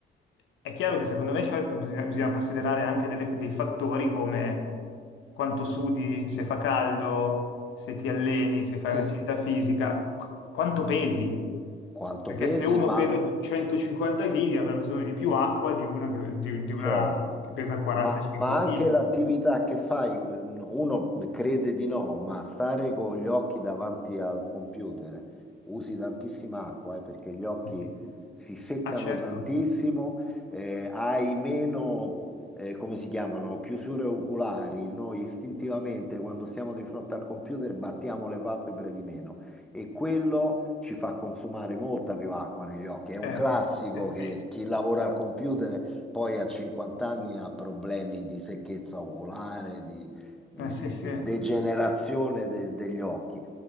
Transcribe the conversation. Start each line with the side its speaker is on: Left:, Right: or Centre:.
Left: È chiaro che secondo me cioè, bisogna bisogna considerare anche delle- dei fattori come quanto sudi, se fa caldo, se ti alleni, se
Centre: Sì,
Left: fai un'attività
Centre: sì,
Left: fisica, qu- quanto pesi.
Centre: quanto
Left: Perché
Centre: pesi,
Left: se uno
Centre: ma
Left: pesa 150 kg avrà bisogno di più acqua di una che, di- di una
Centre: certo.
Left: che pesa 45
Centre: Ma, ma
Left: kg.
Centre: anche l'attività che fai, ehm, uno crede di no, ma stare con gli occhi davanti al computer eh, usi tantissima acqua, eh, perché gli occhi
Left: Eh sì.
Centre: si seccano
Left: Ah certo,
Centre: tantissimo, eh, hai meno, eh, come si chiamano, chiusure oculari. Noi istintivamente quando siamo di fronte al computer battiamo le palpebre di meno e quello ci fa consumare molta più acqua negli occhi. È un
Left: eh,
Centre: classico
Left: eh sì,
Centre: che chi lavora al computer poi a 50 anni ha problemi di secchezza oculare, di, di-
Left: eh sì,
Centre: di-
Left: sì.
Centre: di
Left: E
Centre: degenerazione de- degli occhi.